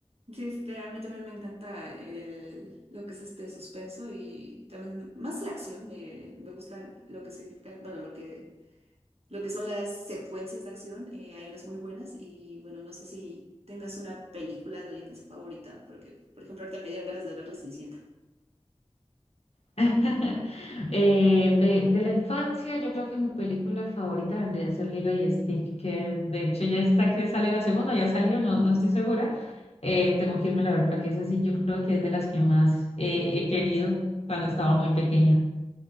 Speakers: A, on the right; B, on the left.
A: Sí, este, a mí también me encanta el- lo que es este suspenso y también más la acción, me, me gusta lo que significa, bueno, lo que lo que son las secuencias de acción, eh, hay unas muy buenas y bueno, no sé si tengas una película de la infancia favorita, porque por ejemplo ahorita me dieron ganas de ver La Cenicienta.
B: <laughs> Eh, de, de la infancia, yo creo que mi película favorita vendría a ser Lilo y Stitch, que de hecho ya está que sale la segunda, ya salió, no, no estoy segura. Eh, tengo que irme a ver porque es así, yo creo que es de las que más eh, he querido cuando estaba muy pequeña.